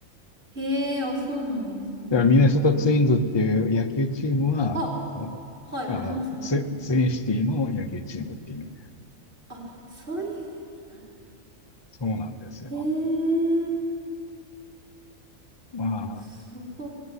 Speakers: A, on the right (about 40°); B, on the left (about 25°).
A: へえ、あ、そうなんですね。
B: だからミネソタツインズっていう野球チームは、
A: 次して。あ、
B: あの、
A: はい、
B: あのツ、
A: ありますね。
B: ツインシティの野球チームっていう意味で。
A: あ、そういう意味なんだ
B: そうなんですよ。
A: へえ、
B: まあ、
A: すごい。